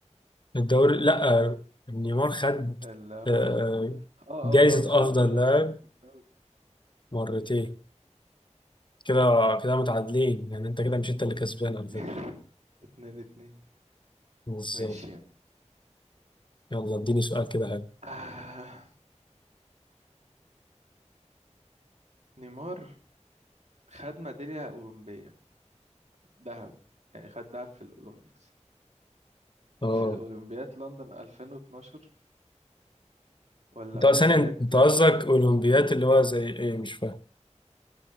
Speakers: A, on the left (about 40°); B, on the right (about 65°).
A: الدوري لأ نيمار خد
B: اللي هو
A: آه،
B: اه اه
A: جايزة
B: اه خد
A: أفضل لاعب
B: خد في الدوري
A: مرتين
B: مم.
A: كده كده متعادلين
B: أنا عارف.
A: يعني انت كده مش انت اللي كسبان
B: مم.
A: على
B: <laughs>
A: فكرة
B: اتنين اتنين
A: بالظبط
B: ماشي
A: يلا اديني سؤال كده حلو
B: آه. نيمار خد ميدالية أولمبية ذهب يعني خد دهب في الأولمبيكس
A: اه
B: في الأولمبياد لندن 2012 ولا
A: انت
B: أولمبياد
A: ثانية انت قصدك اولمبيات اللي هو زي ايه مش فاهم